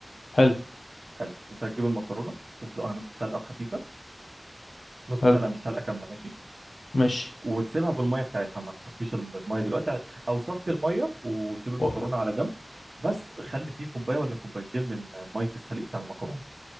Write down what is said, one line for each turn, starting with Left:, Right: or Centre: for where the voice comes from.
Left: حلو
Right: حلو انت هتجيب المكرونه تسلقها نص سلقه خفيفه نص
Left: حلو
Right: سلقه مش سلقه كامله ماشي
Left: ماشي
Right: وتسيبها بالميه بتاعتها ما تصفيش الميه دلوقتي او صفي الميه وسيب المكرونه
Left: و-
Right: على جنب بس خلي فيه كوبايه ولا كوبايتين من ميه السليق بتاع المكرونه